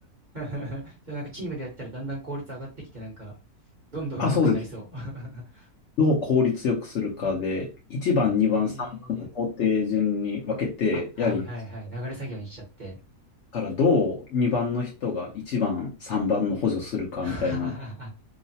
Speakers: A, on the right; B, on the left.
A: <laughs> じゃあなんかチームでやってたらだんだん効率上がってきて、なんか、どんどん上手くなりそう。
B: あ、そうです。
A: <laughs>
B: どう効率よくするかで、1番、
A: ええ
B: 2番、3番って工程順に分けてやるんです。
A: あ、はいはいはい。
B: だ
A: 流れ作業にしちゃって。
B: から、どう2番の人が1番、3番の補助するかみたいな
A: <laughs>